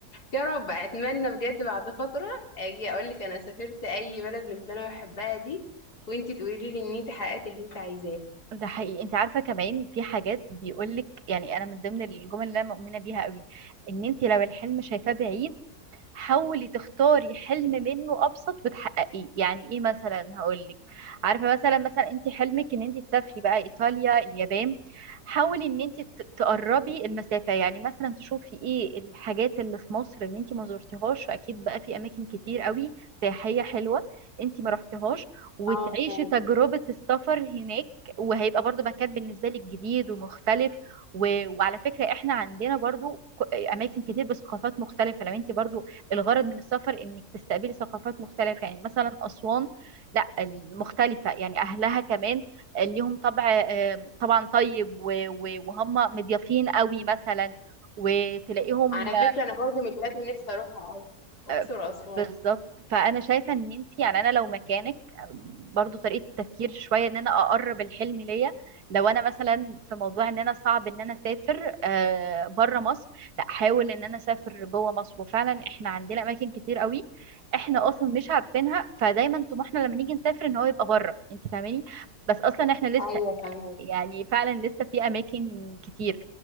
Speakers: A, on the left; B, on the right.
A: يا رب اتمنى بجد بعد فترة اجي اقول لك انا سافرت اي بلد من اللي انا بحبها دي وانتي تقولي لي ان انت حققت اللي انت عايزاه
B: ده حقيقي انت عارفه كمان في حاجات بيقولك يعني انا من ضمن الجمل اللي انا مؤمنه بيها قوي ان انت لو الحلم شايفاه بعيد حاولي تختاري حلم منه ابسط وتحققيه يعني ايه مثلا هقول لك عارفه مثلا مثلا انت حلمك ان انت تسافري بقى ايطاليا اليابان حاولي ان انت ت- تقربي المسافه يعني مثلا تشوفي ايه الحاجات اللي في مصر اللي انت ما زرتيهاش اكيد بقى في اماكن كتير قوي سياحيه حلوه انت ما رحتيهاش وتعيشي
A: اه فهمت
B: تجربه السفر هناك وهيبقى برضو مكان بالنسبه لك جديد ومختلف و... وعلى فكرة احنا عندنا برضو ك- اماكن كتير بثقافات مختلفة لو انت برضو الغرض من السفر انك تستقبلي ثقافات مختلفة يعني مثلا أسوان لا المختلفة يعني أهلها كمان ليهم طبع آه، طبعا طيب و- و- وهم مضيافين قوي مثلا وتلاقيهم
A: على فكرة انا برضه من البلاد اللي نفسي اروحها قوي اقصر
B: آه،
A: واسوان
B: بالظبط فانا شايفه ان انت يعني انا لو مكانك آه، برضو طريقه التفكير شويه ان انا اقرب الحلم ليا لو انا مثلا في موضوع ان انا صعب ان انا اسافر آه، بره مصر لا احاول ان انا اسافر جوه مصر وفعلا احنا عندنا اماكن كتير قوي احنا اصلا مش عارفينها فدايما طموحنا لما نيجي نسافر ان هو يبقى بره انت فاهماني بس اصلا احنا لسه
A: ايوه فهمت
B: يعني فعلا لسه في اماكن كتير